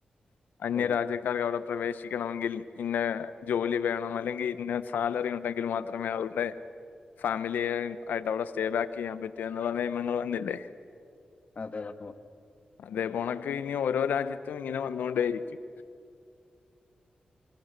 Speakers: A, on the left; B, on the left.
A: അന്യ
B: അതെ
A: രാജ്യ ക്കാർക്ക് അവിടെ പ്രവേശിക്കണമെങ്കിൽ ഇന്ന ജോലി വേണമല്ലെങ്കിൽ ഇന്ന സാലറി ഉണ്ടെങ്കിൽ മാത്രമേ അവരുടെ ഫാമിലിയെ ആയിട്ട് അവിടെ സ്റ്റേ ബേക്ക് ക്ക്യാൻ പറ്റയെന്നുള്ള നിയമങ്ങള വന്നില്ലേ
B: അതെ വന്നു വന്നു
A: അതെ പൊണക്കിനി ഓരോ രാജ്യത്തും ഇങ്ങനെ വന്നോണ്ടേയിരിക്കും